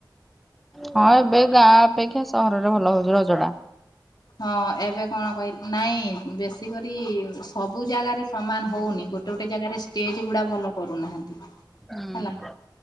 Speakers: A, in the centre; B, on the left.
A: ହଁ ଏବେ ଗାଁ ଅପେକ୍ଷା ସହରରେ ଭଲ ହଉଛି ରଜଟା।
B: ହଁ ଏବେ କଣ କହିଲ ନାଇଁ ବେଶି ବେଶି କରି ସବୁ ଜାଗାରେ ସମାନ ହଉନି ଗୋଟେ ଗୋଟେ ଗୋଟେ ଜାଗାରେ ଷ୍ଟେଜ ଗୁଡା ଭଲ କରୁନାହାନ୍ତି
A: ହୁଁ
B: ହେଲା